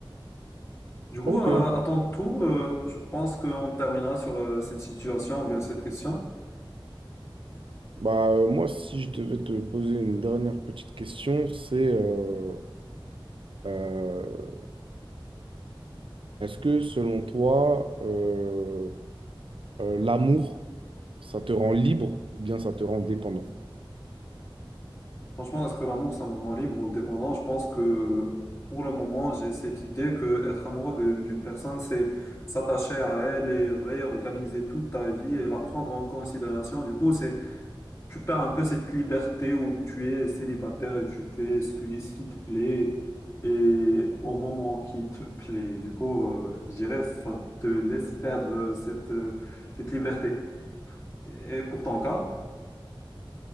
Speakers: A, on the left (about 35°); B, on the right (about 75°).
A: Du coup,
B: Ok,
A: euh,
B: ok.
A: à ton tour, euh, je pense qu'on terminera sur euh, cette situation ou bien cette question.
B: Bah, euh, moi, si je devais te poser une dernière petite question, c'est... euh, Euh, est-ce que selon toi, euh, euh, l'amour, ça te rend libre ou bien ça te rend dépendant?
A: Franchement, est-ce que l'amour, ça me rend libre ou dépendant? Je pense que pour le moment, j'ai cette idée que être amoureux de- d'une personne, c'est s'attacher à elle et réorganiser toute ta vie et la prendre en considération. Du coup, c'est, tu perds un peu cette liberté où tu es célibataire et tu fais ce qui, ce qui te plaît et au moment qui te plaît. Du coup, euh, je dirais, ça te laisse perdre cette, euh, cette liberté. Et pour ton cas?